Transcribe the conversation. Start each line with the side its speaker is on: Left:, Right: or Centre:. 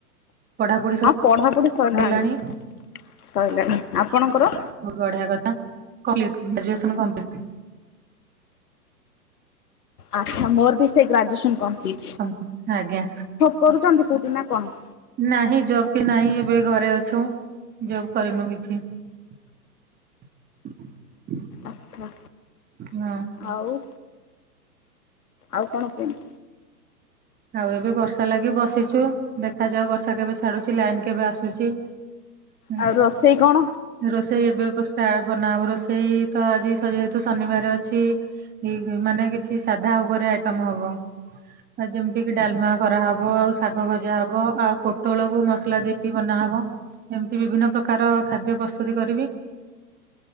Right: ପଢାପଢି
Left: ହଁ ପଢ଼ାପଢ଼ି ସଇଲାଣି
Right: ସରିଲାଣି
Left: ସଇଲାଣି ଆପଣଙ୍କର?
Right: ଗଢା କଥା କଲିଟ୍ ଗ୍ରାଜୁଏସନ୍ କଂପ୍ଲିଟ୍।
Left: ଆଛା ମୋର ବି ସେ ଗ୍ରାଜୁଏସନ୍ କଂପ୍ଲିଟ୍।
Right: ହ ଆଜ୍ଞା
Left: କରୁଚନ୍ତି କୋଉଠି ନା କଣ?
Right: ନାହିଁ ଜବ୍ କି ନାହିଁ ଏବେ ଘରେ ଅଛୁଁ ଜବ୍ କରିନୁ କିଛି। <inaudible>
Left: ଆଚ୍ଛା
Right: ହଁ
Left: ଆଉ ଆଉ କଣ କୁହ?
Right: ଆଉ ଏବେ ବର୍ଷା ଲାଗି ବସିଛୁ ଦେଖାଯାଉ ବର୍ଷା କେବେ ଛାଡୁଛି ଲାଇନ କେବେ ଆସୁଚି। ହୁଁ
Left: ଆଉ ରୋଷେଇ କଣ?
Right: ରୋଷେଇ ଏବେ ହବ ଷ୍ଟା ବନାହବ ରୋଷେଇ ତ ଆଜି ସ ଯେହେତୁ ଶନିବାର ଅଛି। ଏ ମାନେ କିଛି ସାଧା ଉପରେ ଆଇଟମ୍ ହବ ଆ ଯେମ୍ କି ଡାଲମା କରାହବ ଆଉ ଶାଗ ଭଜା ହବ ଆଉ ପୋଟଳକୁ ମସଲା ଦେଇକି ବନାହବ। ଏମିତି ବିଭିନ୍ନ ପ୍ରକାର ଖାଦ୍ୟ ପ୍ରସ୍ତୁତି କରିବି।